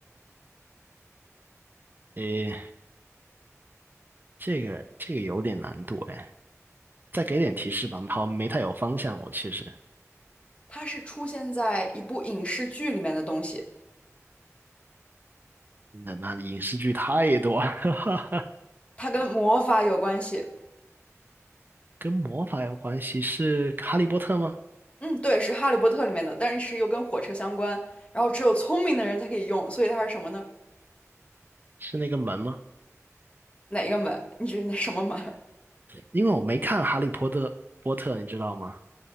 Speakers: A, on the right; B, on the left.
A: 诶，这个这个有点难度哎，再给点提示吧，好，没太有方向，我其实。
B: 它是出现在一部影视剧里面的东西，
A: 那那影视剧太多了，<laughs>
B: 它跟魔法有关系。
A: 跟魔法有关系，是哈利波特吗？
B: 嗯，对，是《哈利波特》里面的，但是又跟火车相关。然后只有聪明的人才可以用，所以它是什么呢？
A: 是那个门吗？
B: 哪一个门？<laughs> 你这是哪什么门儿
A: 因为我没看哈利波特波特，你知道吗？